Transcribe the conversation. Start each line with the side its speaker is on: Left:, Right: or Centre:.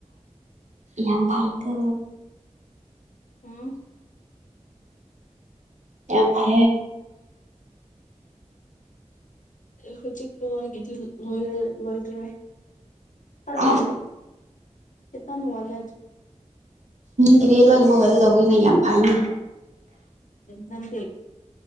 Right: ꯌꯥꯝ ꯐꯏꯒ
Left: ꯎꯝ
Right: ꯌꯥꯝ ꯍ
Left: ꯍꯧꯖꯤꯛꯛꯇꯋꯥꯒꯤꯗꯤ ꯂꯣꯏꯗ꯭ꯔꯦ ꯈꯔ
Right: ꯑꯃꯨꯛꯀ
Left: ꯋꯥꯦ ꯏꯇꯅꯅꯨꯡ ꯋꯥꯂꯦ
Right: ꯒꯤꯗꯤ ꯂꯣꯏꯅ ꯃꯕꯜꯒꯩꯗꯧꯕꯅꯤꯅꯦ ꯌꯥꯝ ꯐꯩꯅꯤ
Left: ꯅꯗꯦ